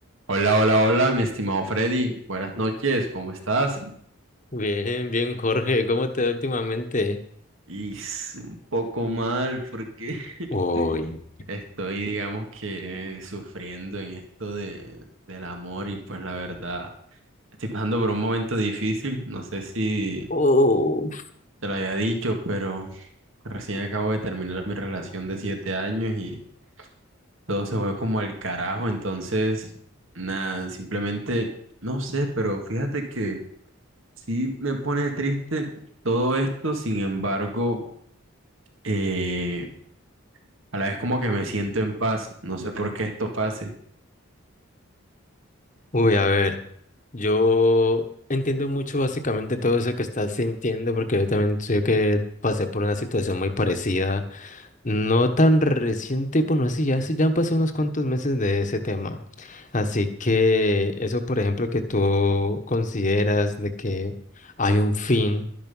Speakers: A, on the right; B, on the left.
A: Hola, hola, hola, mi estimado Freddy. Buenas noches, ¿cómo estás?
B: Bien, bien, Jorge, ¿cómo te va últimamente?
A: Y s- un poco mal porque
B: Uy,
A: <laughs> estoy, digamos que, sufriendo en esto de, del amor y pues la verdad, estoy pasando por un momento difícil. No sé si
B: Oh,
A: te lo había dicho, pero recién acabo de terminar mi relación de siete años y todo se fue como al carajo. Entonces, nada, simplemente, no sé, pero fíjate que... Sí, me pone triste todo esto, sin embargo, eh, a la vez como que me siento en paz, no sé por qué esto pase.
B: uy, a ver, yo entiendo mucho básicamente todo eso que estás sintiendo porque yo también sé que pasé por una situación muy parecida, no tan reciente, bueno, sí, ya, se- ya han pasado unos cuantos meses de ese tema. Así que eso, por ejemplo, que tú consideras de que hay un fin,